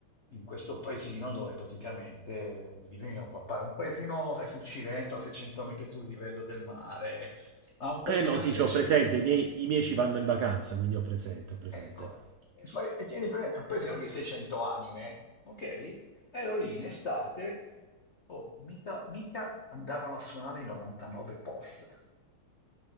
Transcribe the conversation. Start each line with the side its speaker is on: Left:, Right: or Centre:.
Left: in questo paesino dove praticamente vive mio papà. È un paesino, sai, sul Cilento, a 600 metri sul livello del mare, ha un paesino
Right: Eh no, sì,
Left: di 600...
Right: c'ho presente, i miei, i miei ci vanno in vacanza, quindi ho presente, ho presente.
Left: Ecco, e fai- e tieni presente, poi siamo di 600 anime, ok? Ero lì in estate, oh, mica, mica andavano a suonare i 99 POS,